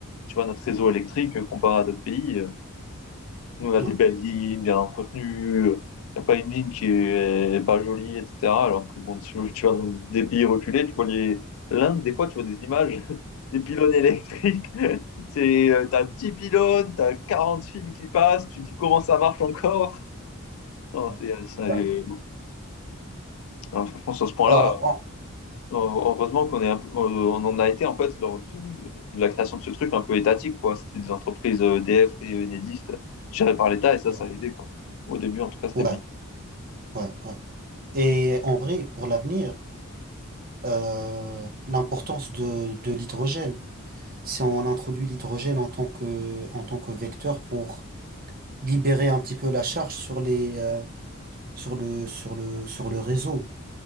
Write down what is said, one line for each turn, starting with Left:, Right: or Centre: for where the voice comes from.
Left: Tu vois, notre réseau électrique, euh, comparé à d'autres pays, euh, nous, on a
Right: Ouais.
Left: des belles lignes, bien entretenues, il n'y a pas une ligne qui est pas jolie, etc. Alors que, bon, tu, tu vas dans des pays reculés, tu vois les... l'Inde, des fois, tu vois des images <laughs> des pylônes électriques. <laughs> C'est, euh, t'as 10 pylônes, t'as 40 fils qui passent, tu dis comment ça marche encore. Non,
Right: Ouais.
Left: c'est, euh, c'est-
Right: Ouais.
Left: non, franchement, sur ce point-là,
Right: Bah, en-
Left: Heureusement qu'on est un peu- on en a été en fait lors du- de la création de ce truc un peu étatique quoi. C'était des entreprises euh, EDF et Enedis euh, gérées par l'État et ça,
Right: ouais.
Left: ça a aidé quoi. Au début, en tout cas, c'était
Right: Ouais.
Left: bien.
Right: Ouais. Ouais. Et en vrai, pour l'avenir, euh, l'importance de, de l'hydrogène. Si on introduit l'hydrogène en tant que, en tant que vecteur pour libérer un petit peu la charge sur les euh, sur le sur le sur le réseau